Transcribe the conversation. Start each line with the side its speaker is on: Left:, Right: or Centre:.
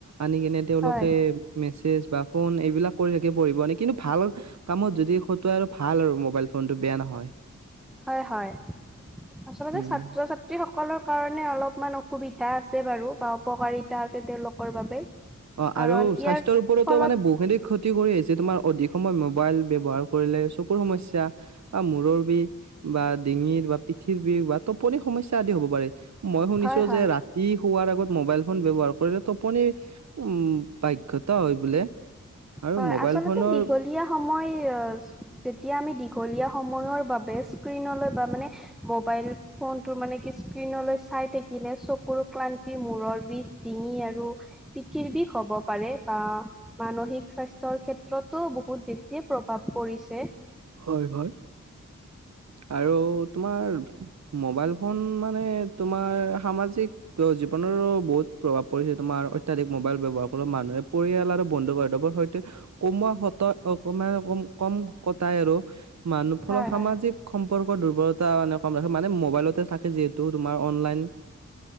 Right: আনি কিনে তেওঁলোকে
Centre: হয়
Right: মেছেজ বা ফোন এইবিলাক কৰি পঢ়িব নেকি ভাল কামত যদি খতোৱা আৰু ভাল আৰু মোবাইল ফোনটো বেয়া নহয়
Centre: হয় হয় আচলতে
Right: উম
Centre: ছাত্ৰ ছাত্ৰী সকলৰ কাৰণে অলপমান অসুবিধা সুবিধা আছে বাৰু বা উপকাৰিতা আছে তেওঁলোকৰ বাবে
Right: অ
Centre: কাৰণ
Right: আৰু স্বাস্থ্যৰ
Centre: ইয়াৰ
Right: ওপৰতো
Centre: ফলত
Right: মানে বহু খিনি ক্ষতি কৰি আহিছে তোমাৰ অধিক সময় মোবাইল ব্যৱহাৰ কৰিলে চকুৰ সমস্যা বা মূৰৰ বিষ বা ডিঙিৰ বা পিঠিৰ বিষ বা টোপনি সমস্যা আদি হ'ব পাৰে মই শুনিছোঁ
Centre: হয় হয়
Right: যে ৰাতি শোৱাৰ আগত মোবাইল ফোন ব্যৱহাৰ কৰিলে টোপনিৰ উম প্ৰায় ক্ষতি হয় বোলে আৰু
Centre: হয়
Right: মোবাইল
Centre: আচলতে
Right: ফোনৰ
Centre: দীঘলীয়া সময় যেতিয়া আমি দীঘলীয়া সময়ৰ বাবে স্কৃনলৈ বা মানে মবাইল ফোন মানে কি স্কৃনৰ চাই থাকিলে চকুৰ ক্লান্তি মূৰৰ বিষ ডিঙি আৰু পিঠিৰ বিষ হ'ব পাৰে বা মানসিক স্বাস্থ্যৰ ক্ষেত্ৰতো বহুত বেছিয়ে প্ৰভাৱ পৰিছে
Right: হয় হয় আৰু তোমাৰ মোবাইল ফোন মানে তোমাৰ সামাজিক জীৱন বহুত প্ৰভাৱ পৰিছে তোমাৰ অত্যাধিক মোবাইল ব্যৱহাৰ কৰ মানুহে পৰিয়াল আৰু বন্ধু বান্ধৱৰ সৈতে কমোৱা সতে অকণমান কম তাই আৰু মানুহ ফলত
Centre: হয়
Right: সামাজিক
Centre: হয়
Right: সম্পৰ্কৰ দুৰ্বলতা কম ৰাখে মানে মোবাইলতে থাকে যিহেতু তোমাৰ অনলাইন